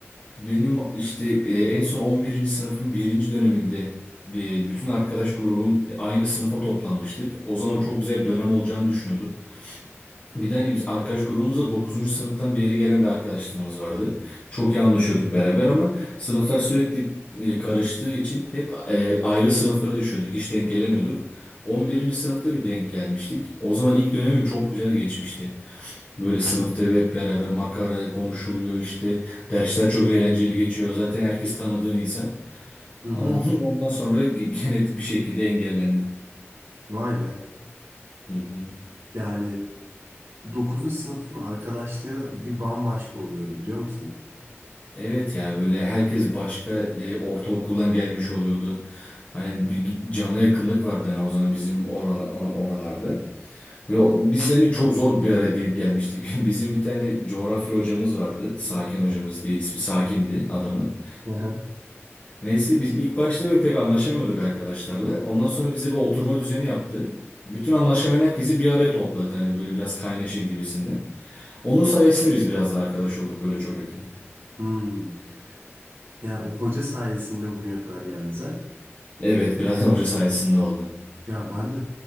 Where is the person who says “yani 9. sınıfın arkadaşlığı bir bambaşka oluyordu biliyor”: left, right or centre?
Right